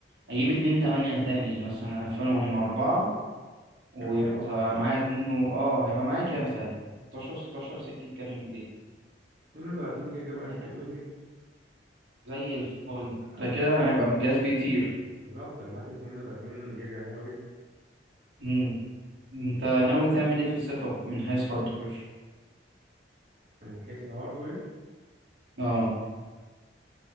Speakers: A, on the right; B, on the right.
A: اجيب اتنين تمانية تاني مثلا اقفلهم مع اربعة ويبقى
B: هيبقى حلو
A: ص- معايا اتنين و... اه هيبقى معايا كام ساعتها ستاشر ستاشر سكة كام جيجا
B: 32 جيجا بايت
A: آه،
B: حلوين جدا
A: زي الفل
B: أنا
A: ده كده
B: بك-
A: هيبقى جهاز بيطير
B: بالظبط رامات 32 جيجا حلوه جدا
A: مم. انت ناوي تعمل ايه في السيت اب من حيث هاردوير
B: من حيث الهاردوير
A: اه